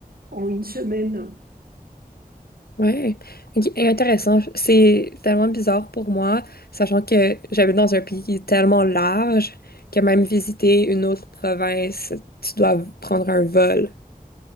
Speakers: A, on the right (about 75°); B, on the left (about 85°).
A: en une semaine.
B: Ouais, Ok, intéressant. C'est tellement bizarre pour moi, sachant que j'habite dans un pays tellement large que même visiter une autre province, tu dois prendre un vol.